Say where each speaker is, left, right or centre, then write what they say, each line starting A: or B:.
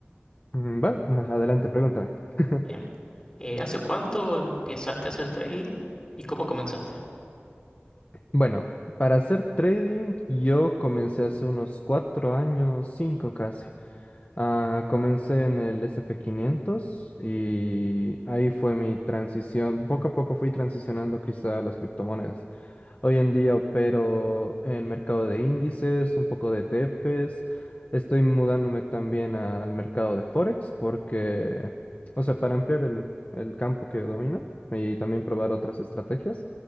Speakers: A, on the left; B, on the left.
A: Mm, Va, adelante, pregúntame. <laughs>
B: Bien. Eh, ¿hace cuánto empezaste a hacer trading y cómo comenzaste?
A: Bueno, para hacer trading yo comencé hace unos cuatro años, cinco casi. Ah, comencé en el S&P 500 y ahí fue mi transición. Poco a poco fui transicionando quizá a las criptomonedas. Hoy en día opero en el mercado de índices, un poco de ETFs. Estoy mudándome también al mercado de Forex porque, o sea, para ampliar el, el campo que domino y también probar otras estrategias.